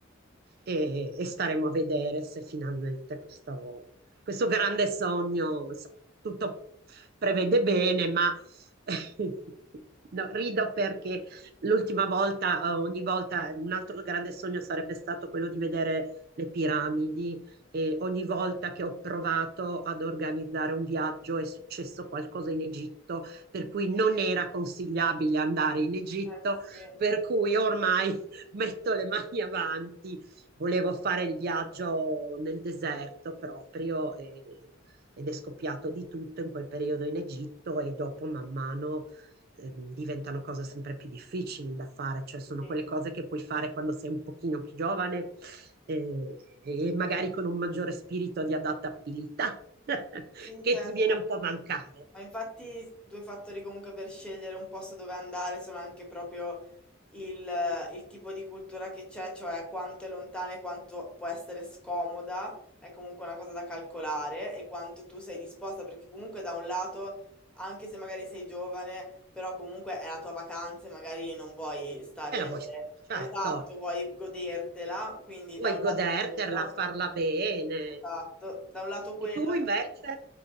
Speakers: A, on the right (about 50°); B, in the centre.
A: e, e staremo a vedere se finalmente questo, questo grande sogno, insomma, tutto prevede bene, ma <laughs> no, rido perché l'ultima volta, eh, ogni volta, un altro grande sogno sarebbe stato quello di vedere le piramidi e ogni volta che ho provato ad organizzare un viaggio è successo qualcosa in Egitto, per cui non era consigliabile andare in Egitto,
B: Eh sì,
A: per cui ormai <laughs> metto le mani avanti volevo fare il viaggio nel deserto proprio e- ed è scoppiato di tutto in quel periodo in Egitto e dopo man mano eh, diventano cose sempre più difficili da fare, cioè sono
B: sì,
A: quelle cose che puoi fare quando sei un pochino più giovane eh, e magari con un maggiore spirito di adattabilità <laughs>
B: sì,
A: che
B: certo.
A: ti viene un po' a mancare
B: Ma infatti due fattori comunque per scegliere un posto dove andare sono anche proprio il, eh, il tipo di cultura che c'è, cioè quanto è lontana e quanto può essere scomoda, è comunque una cosa da calcolare e quanto tu sei disposta, perché comunque da un lato, anche se magari sei giovane, però comunque è la tua vacanza e magari non vuoi stare
A: e la vuoi fare,
B: esatto,
A: certo,
B: vuoi godertela, quindi
A: vuoi
B: da un lato
A: goderterla,
B: quello,
A: farla bene.
B: esatto, da un lato quello.
A: E tu invece?